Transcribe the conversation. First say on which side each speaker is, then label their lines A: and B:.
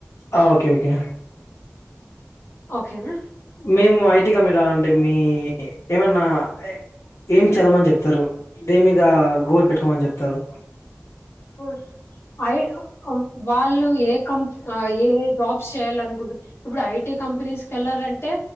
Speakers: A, on the left; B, on the left.
A: ఆ ఓకే ఓకే
B: ఓకేనా
A: మేము ఐటీ కంపెనీ రావాలంటే మీ ఏమన్నా ఏ ఏం చదవమని చెప్తారు దేని మీద గోల్ పెట్టుకోమని చెప్తారు.
B: ఓ ఐ ఓ వ వాళ్ళు ఏ కం ఆ ఏ జాబ్ చేయాలనుకుంట ఇప్పుడు ఐటీ కంపెనీస్కి వెళ్ళాలంటే